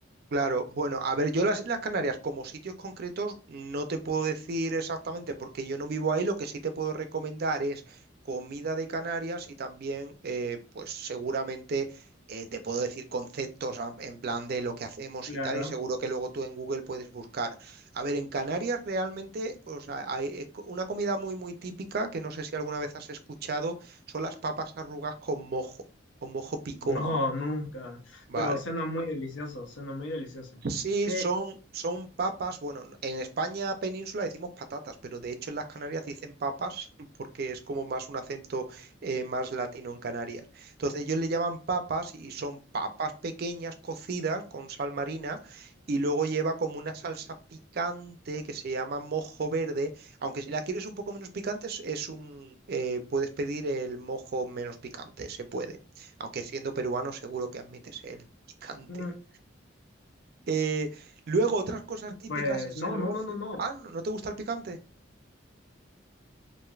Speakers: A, on the right; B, on the left.
A: Claro, bueno, a ver, yo las Islas Canarias como sitios concretos no te puedo decir exactamente porque yo no vivo ahí, lo que sí te puedo recomendar es comida de Canarias y también, eh, pues seguramente eh, te puedo decir conceptos a- en plan de lo que hacemos
B: Claro.
A: y tal, y seguro que luego tú en Google puedes buscar. A ver, en Canarias realmente, o sea, hay eh, co- una comida muy, muy típica que no sé si alguna vez has escuchado, son las papas arrugas con mojo, con mojo picón,
B: No, nunca,
A: ¿vale?
B: pero suena muy delicioso, suena muy delicioso.
A: Sí,
B: ¿Qué?
A: son, son papas. Bueno, en España península decimos patatas, pero de hecho en las Canarias dicen papas <laughs> porque es como más un acento eh, más latino en Canarias. Entonces ellos le llaman papas y son papas pequeñas cocidas con sal marina y luego lleva como una salsa picante que se llama mojo verde. Aunque si la quieres un poco menos picante, es es un, eh, puedes pedir el mojo menos picante, se puede. Aunque siendo peruano seguro que admites el <laughs> picante.
B: Mm,
A: Eh, luego, otras cosas típicas
B: Pues
A: es
B: no,
A: el
B: no,
A: gofio.
B: no, no, no.
A: Ah, ¿no no te gusta el picante?